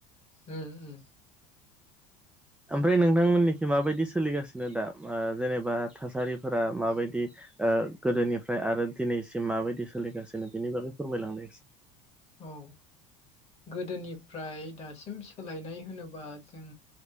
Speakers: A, on the left; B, in the centre.
A: उम उम
B: ओमफ्राय नोंथांमोननिखि माबायदि सोलिगासिनो बिनो दा जेनेबा थासारिफोरा माबायदि ओ गोदोनिफ्राय आरो दिनैसिम माबायदि सोलिगासिनो बेनि बागै फोरमाय लांलाय एसे
A: औ गोदोनिफ्राय दासिम सोलायनाय होनोब्ला जों